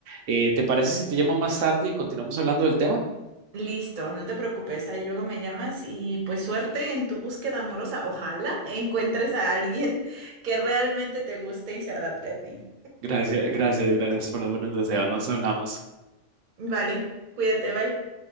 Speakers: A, on the right; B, on the right.
A: Eh, ¿te parece si te llamo más tarde y continuamos hablando del tema?
B: Listo, no te preocupes. Ahí luego me llamas y pues suerte en tu búsqueda amorosa. Ojalá encuentres a alguien que realmente te guste y se adapte a ti.
A: Gracias, gracias, gracias por los buenos deseos. Nos hablamos.
B: Vale, cuídate, bye.